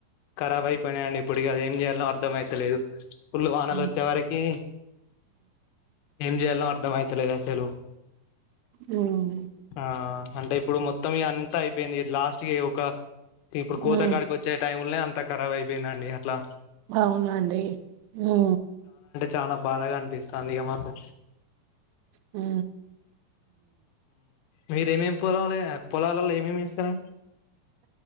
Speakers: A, on the left (about 80°); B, on the right (about 85°).
A: కరాబ్ అయిపోయినాయి అండి ఇప్పుడు ఇగ అదేంచేయాలా అర్ధం అయితలేదు ఫుల్ వానాలు
B: ఉమ్,
A: వచ్చే వరకి ఎంజేయాల్ నో అర్ధం అయితలేదు అసలు
B: హ్మ్
A: ఆ అంటే ఇప్పుడు మొత్తం ఇగ అంత అయిపోయింది లాస్ట్ కి ఒక ఇప్పుడు కోతాకాడికి
B: ఉమ్,
A: వచ్చే టైము నే అంత ఖరాబ్ అయిపోయిందండి అట్లా
B: అవునా అండి ఊ
A: చాలా బాధగా అనిపిస్తాంది ఇగ మాకు
B: ఊ
A: మీరేమేమి పోలలే పొలాలలో ఏమేమి వేసరా